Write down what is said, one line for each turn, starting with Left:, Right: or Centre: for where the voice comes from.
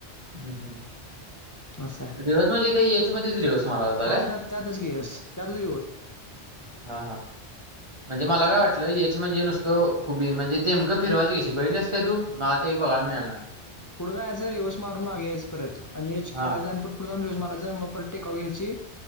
Right: हम् हम
Left: असं आहे
Right: रिव्हर्स म्हणजे ते एच मध्येच रिव्हर्स मारावाच हाय
Left: हा
Right: काय.
Left: त्यात त्यातच की यस त्यातच
Right: हा हा. म्हणजे मला
Left: रिव्हर्स
Right: काय वाटलं एच म्हणजे नुसत हुबी म्हणजेकं फिरवाची कशी बघितलाय काय तू. मला ते बघायला मिळालं नाही
Left: पुढं जायचंय रिवर्स मारून मागे यायचं परत आणि एच कढायच
Right: हा
Left: आणि पू.. पुढ जाऊस रिव्हर्स मारायचं मग पर टेकाऊ घ्यायची